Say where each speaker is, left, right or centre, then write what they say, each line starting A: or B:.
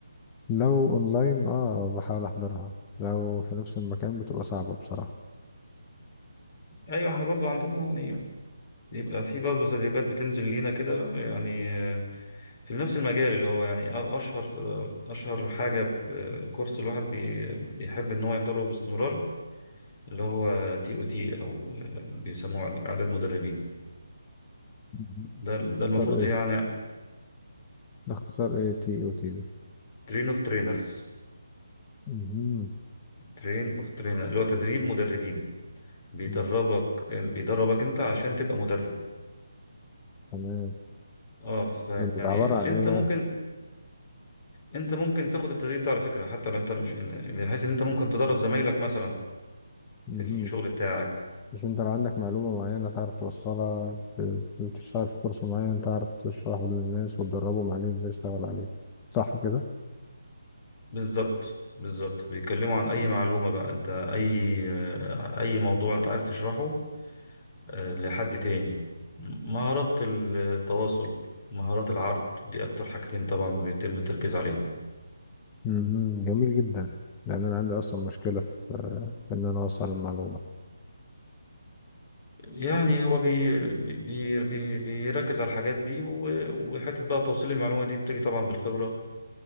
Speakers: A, on the left (about 15°); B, on the left (about 35°).
A: لو اونلاين اه بحاول احضرها لو في نفس المكان بتبقى صعبة بصراحة
B: ايوه احنا برضو عندنا يعني يبقى في برضو تدريبات بتنزل لينا كده يعني في نفس المجال اللي هو يعني أ- أشهر أشهر حاجة ب- كورس الواحد بي- بيحب إن هو يحضره باستمرار اللي هو تي أو تي أو بيسموه إعداد مدربين
A: مهم.
B: ده ده المفروض
A: اختار ايه؟
B: يعني
A: اختصار ايه تي او تي ده
B: ترين أوف ترينرز
A: مهم.
B: ترين أوف ترينر اللي هو تدريب مدربين بيدربك
A: مهم.
B: بيدربك أنت عشان تبقى مدرب
A: تمام
B: أه فيعني
A: ده بيبقى عبارة عن
B: أنت
A: ايه بقى
B: ممكن أنت ممكن تاخد التدريب ده على فكرة حتى لو أنت مش إن- بحيث إن أنت ممكن تدرب زمايلك مثلا
A: مهم.
B: في الشغل بتاعك
A: مش انت لو عندك معلومة معينة تعرف توصلها ب- بتشتغل في كورس معين تعرف تشرحه للناس وتدربهم عليه ازاي يشتغل عليه صح كده
B: بالظبط بالظبط بيتكلموا عن اي معلومة بقى انت اي آه، اي موضوع انت عايز تشرحه آه، لحد تاني مهارات التواصل مهارات العرض دي اكتر حاجتين طبعا بيتم التركيز عليهم
A: مهم. جميل جدا لان انا عندي اصلا مشكلة في في ان انا اوصل المعلومة
B: يعني هو بي بي بي بيركز على الحاجات دي و- وحتة بقى توصيل المعلومة دي بتيجي طبعا بالخبرة